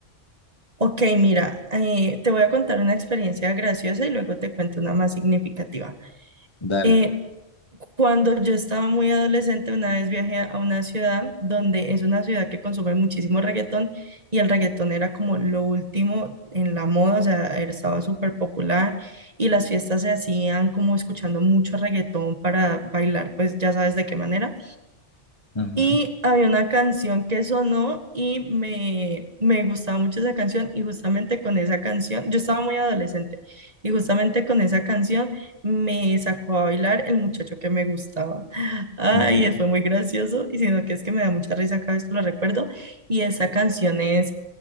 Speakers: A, on the right; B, on the left.
A: Ok, mira, eh, te voy a contar una experiencia graciosa y luego te cuento una más significativa.
B: Dale.
A: Eh, Cuando yo estaba muy adolescente, una vez viajé a una ciudad donde es una ciudad que consume muchísimo reggaetón y el reggaetón era como lo último en la moda, o sea, era- estaba súper popular y las fiestas se hacían como escuchando mucho reggaetón para bailar, pues ya sabes de qué manera.
B: Ujú,
A: Y había una canción que sonó y me, me gustaba mucho esa canción y justamente con esa canción, yo estaba muy adolescente y justamente con esa canción me sacó a bailar el muchacho que me gustaba. <gasps> Ay,
B: ujú.
A: fue muy gracioso y sino que es que me da mucha risa cada vez que lo recuerdo y esa canción es